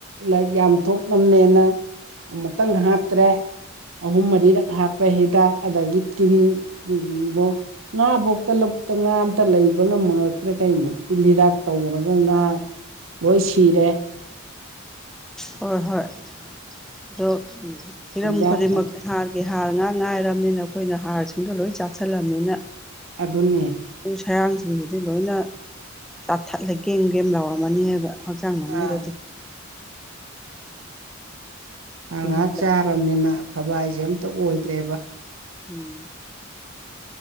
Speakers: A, on the right (about 70°); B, in the centre.
A: ꯂꯥꯏ ꯌꯥꯝ ꯆꯊꯣꯛꯂꯝꯅꯦꯅ ꯑꯃꯨꯛꯇꯪ ꯍꯥꯞꯇ꯭ꯔꯦ ꯑꯍꯨꯝ ꯃꯔꯤꯔꯛ ꯍꯥꯞꯄ ꯍꯤꯗꯥꯛ ꯑꯗꯒꯤ ꯇꯤꯟꯧ ꯉꯥ ꯐꯧꯇ ꯂꯨꯞꯇ ꯉꯥ ꯑꯇ ꯂꯩꯕ ꯉꯝꯃꯛꯇ꯭ꯔꯦ ꯀꯩꯅꯣ ꯇꯤꯜ ꯍꯤꯗꯥꯛ ꯇꯧꯔꯒ ꯉꯥ ꯂꯣꯏ ꯁꯤꯔꯦ
B: ꯍꯣꯏ ꯍꯣꯏ ꯑꯗꯣ ꯍꯤꯔꯝ
A: ꯆꯤꯟꯖꯥꯛ
B: ꯈꯨꯗꯤꯡꯃꯛꯇꯤ ꯍꯥꯒꯦ ꯍꯥꯔ ꯉꯥ ꯉꯥꯏꯔꯕꯅꯤꯅ ꯑꯩꯈꯣꯏꯅ ꯍꯥꯔꯁꯤꯡꯗꯣ ꯂꯣꯏ ꯆꯥꯛꯥꯁꯜꯂꯕꯅꯤꯅ
A: ꯑꯗꯨꯗꯅꯦ
B: ꯈꯔꯥꯡꯁꯤꯡꯗꯨꯗꯤ ꯂꯣꯏꯅ ꯆꯥꯊꯠꯂꯦꯒꯦꯝ ꯒꯦꯝ ꯂꯥꯎꯔꯝꯃꯅꯤ ꯍꯥꯏꯕ ꯍꯛꯆꯥꯡ ꯃꯅꯤꯡꯗꯗꯤ
A: ꯑꯥ
B: ꯑꯗꯨꯅꯤ
A: ꯑ ꯉꯥꯍꯥꯛ
B: ꯇꯧꯔꯤꯁꯦ
A: ꯆꯥꯔꯕꯅꯤꯅ ꯑꯐꯕ ꯍꯥꯏꯖꯦ ꯑꯝꯇ ꯑꯣꯏꯗ꯭ꯔꯦꯕ
B: ꯎꯝ